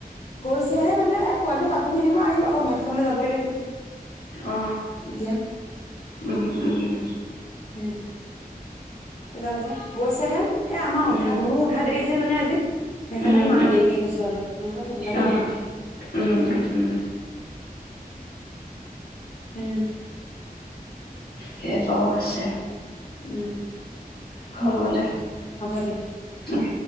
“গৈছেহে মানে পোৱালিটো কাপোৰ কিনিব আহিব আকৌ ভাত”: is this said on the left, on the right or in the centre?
Left